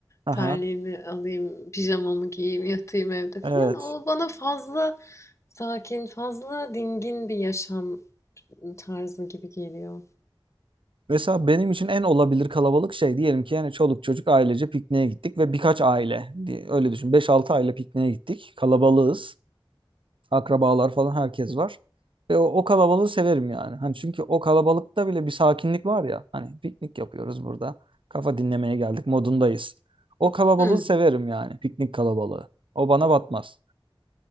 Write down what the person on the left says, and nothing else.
terliğimi alayım, pijamamı giyeyim, yatayım evde falan.
O bana fazla sakin, fazla dingin bir yaşam tarzı gibi geliyor.
Hmm,